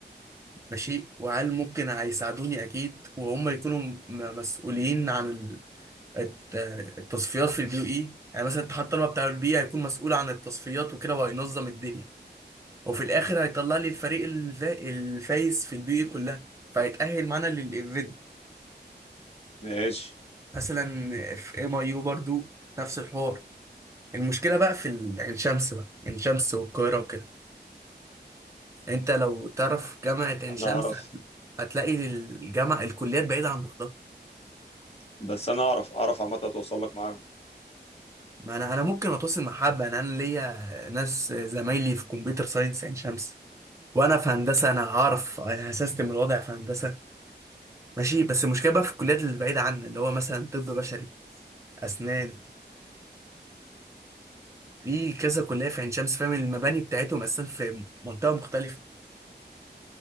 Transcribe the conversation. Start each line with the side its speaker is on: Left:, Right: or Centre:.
Right: ماشي وهل ممكن هيساعدوني أكيد وهم يكونوا م- مسؤولين عن ال- الت- التصفيات في البي يو إي يعني مثلا اتحاد الطلبة بتاع البي هيكون مسؤول عن التصفيات وكده وهينظم الدنيا وفي الاخر هيطلع لي الفريق الفا... الفايز في البي اي كلها فهيتأهل معانا للايفنت
Left: ماشي
Right: مثلا في ام اي يو برضو نفس الحوار المشكله بقى في ال- عين شمس بقى عين شمس والقاهره وكده انت لو تعرف جامعه عين شمس
Left: انا اعرف
Right: هت... هتلاقي الجامعه الكليات بعيده عن بعضها
Left: بس انا اعرف اعرف عامة اتواصل لك معاهم
Right: ما انا انا ممكن اتواصل مع حبه انا انا ليا ناس زمايلي في كمبيوتر ساينس عين شمس وانا في هندسه انا هعرف هسيستم الوضع في هندسه ماشي بس المشكله بقى في الكليات اللي بعيده عنا اللي هو مثلا طب بشري اسنان في كذا كليه في عين شمس فاهم المباني بتاعتهم اساسا في منطقه مختلفه